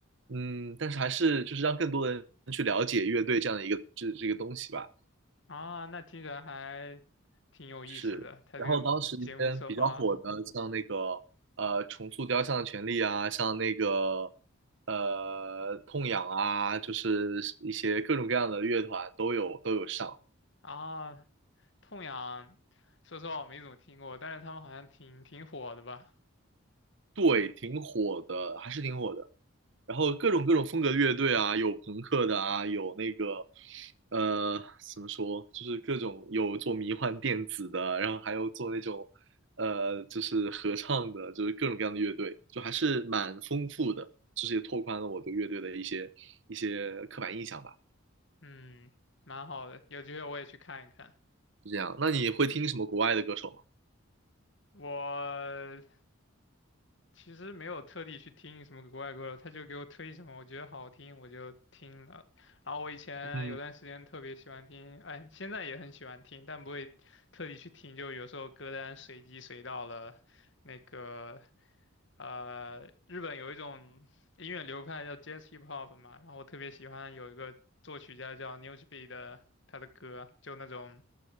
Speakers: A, on the right; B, on the left.
A: 嗯，但是还是就是让更多的人去了解乐队这样的一个这这个东西吧。
B: 啊，那听起来还挺有意思的。
A: 是，
B: 他这个节目策划
A: 然后当时一些比较火的，像那个呃重塑雕像的权利啊，像那个呃痛痒啊，就是一些各种各样的乐团都有都有上，
B: 啊，痛痒，说实话我没怎么听过，但是他们好像挺挺火的吧？
A: 对，挺火的，还是挺火的。然后各种各种风格的乐队啊，有朋克的啊，有那个呃怎么说，就是各种有做迷幻电子的，然后还有做那种呃就是合唱的，就是各种各样的乐队，就还是蛮丰富的，就是也拓宽了我对乐队的一些一些刻板印象吧，
B: 嗯，蛮好的，有机会我也去看一看。
A: 是这样。那你会听什么国外的歌手吗？
B: 我其实没有特地去听什么国外歌手，他就给我推什么，我觉得好听我就听了。然后我以前有段时间特别喜欢听，
A: 嗯
B: 哎，现在也很喜欢听，但不会特地去听，就有时候歌单随机随到了那个。呃，日本有一种音乐流派叫 Jazz Hip Hop 嘛，然后我特别喜欢有一个作曲家叫 Newsby 的他的歌，就那种